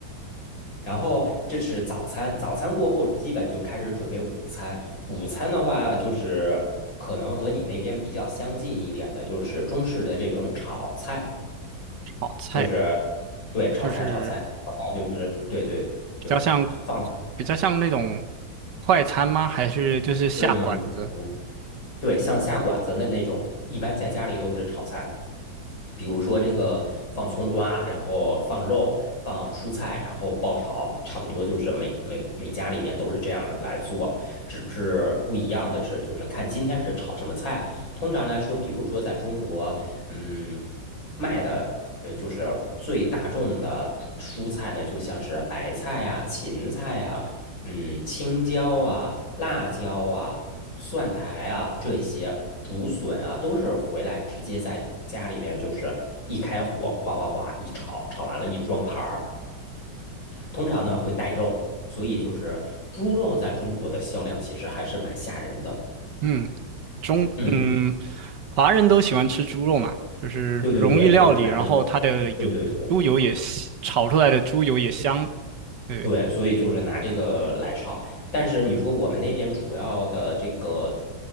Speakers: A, on the left; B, on the right.
A: 然后这是早餐，早餐过后基本就开始准备午餐。午餐的话，就是可能和你那边比较相近一点的，就是中式的这种炒菜，
B: 炒菜，
A: 就是对炒菜，
B: 就是
A: 炒菜，炒菜就是对对，
B: 比较像
A: 就是放
B: 比较像那种快餐吗？还是就是下馆子？
A: 对对对，对，像下馆子的那种，一般在家里都是炒菜，比如说这个放葱花，然后放肉，放蔬菜，然后爆炒，差不多就是每每每家里边都是这样的来做，只是不一样的是，就是看今天是炒什么菜。通常来说，比如说在中国，嗯，卖的呃就是最大众的蔬菜呢，就像是白菜啊、芹菜啊。嗯，青椒啊、辣椒啊、蒜苔啊这一些竹笋啊，都是回来直接在家里边就是一开火，哗哗哗一炒，炒完了一装盘儿。通常呢会带肉，所以就是猪肉在中国的销量其实还是蛮吓人的。
B: 嗯，中嗯，
A: 嗯，
B: 华人都喜欢吃猪肉嘛，就是容易料理，
A: 对对对，就是拿那个，
B: 然后它的油猪油也香炒出来的猪油也香。
A: 对对对，
B: 对，
A: 对，所以就是拿这个来炒。但是你说我们那边主要的这个，